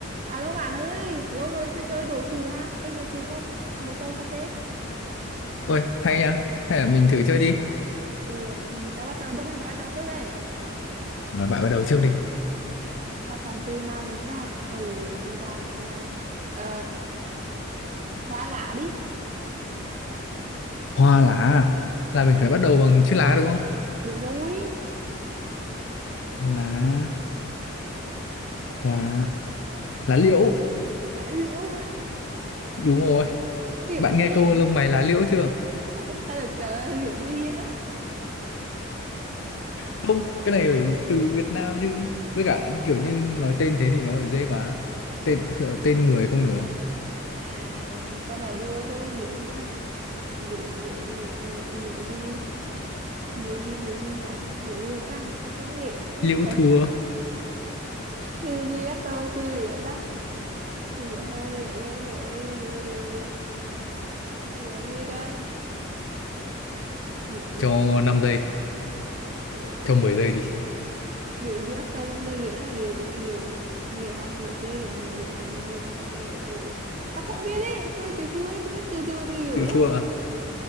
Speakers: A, on the right; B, on the left.
A: Alo bạn ơi, lâu rồi chưa chơi đồ trừ ha, chơi đồ trừ không? Một tô cà phê.
B: Ôi, hay nha. Hay là mình thử chơi đi.
A: Ừ, ừ, tao bắt đầu được hay mày bắt đầu trước đây?
B: Mà bạn bắt đầu trước đi.
A: Tao chọn từ nào được cha? Ừ, từ nào, từ nào? Ờ, hoa lạ đi.
B: Hoa lá à? Là mình
A: Ừ,
B: phải bắt đầu bằng chữ lá đúng không?
A: đúng rồi.
B: Lá, lá, lá liễu.
A: Bạn liễu ha,
B: Đúng rồi.
A: liễu
B: Bạn
A: như
B: nghe
A: yên.
B: câu lông mày lá liễu chưa?
A: <laughs> Tao được trả liễu như yên không?
B: Không, cái này phải từ Việt Nam chứ. Với cả kiểu như nói tên thế thì nó phải dễ quá. Tên ờ, tên người không được.
A: À, tao nói đùa thôi, liễu gì đó? Liễu, liễu, liễu, liễu, liễu gì? Liễu gì, liễu gì nhở? Liễu gì được ta? Tao không nghĩ, ý
B: Liễu
A: có
B: thua
A: từ gì bắt đầu từ liễu ta? liệu hơn liệu ghét liệu ấy, liệu liệu liệu liệu gì đây liệu liệu
B: cho 5 giây,
A: liệu
B: cho
A: liệu
B: mười giây đi.
A: liệu gì bắt đầu bằng từ liệu đó là liệu liệu liệu học liệu chơi liệu nhảy liệu ngồi liệu ngồi liệu liệu liệu tao không biết đấy thôi chịu thua ấy không biết từ gì bằng từ liệu
B: Chịu
A: luôn
B: thua à?